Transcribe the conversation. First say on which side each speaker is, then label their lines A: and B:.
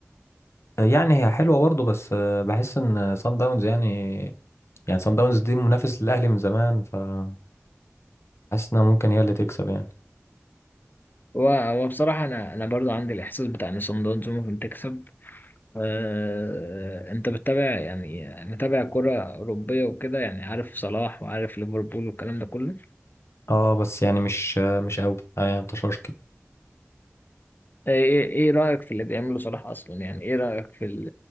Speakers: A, on the left; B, on the left.
A: يعني هي حلوة برضو بس آه، بحس ان سان داونز يعني يعني سان داونز دي منافس للأهلي من زمان فحاسس انها ممكن هي اللي تكسب يعني
B: هو هو بصراحه انا انا برضو عندي الاحساس بتاع ان صن داونز ممكن تكسب آه، انت بتتابع يعني متابع كره اوروبيه وكده يعني عارف صلاح وعارف ليفربول والكلام ده كله
A: اه بس يعني مش آه، مش قوي آه يعني انتشار كده
B: آه، ايه إيه رايك في اللي بيعمله صلاح اصلا يعني ايه رايك في ال-